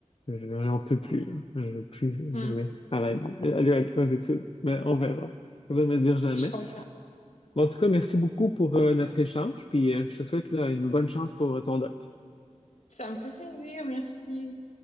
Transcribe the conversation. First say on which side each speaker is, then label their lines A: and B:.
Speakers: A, on the left; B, on the left.
A: je- je n'en peux plus, là. Je veux plus
B: Hmm,
A: jamais travailler, aller à- aux études. Mais on verra. Je vais me dire jamais.
B: je comprends.
A: Bon, en tout cas, merci beaucoup pour euh, notre échange. Puis euh, je te souhaite là, une bonne chance pour euh, ton doc.
B: Ça me fait plaisir, merci.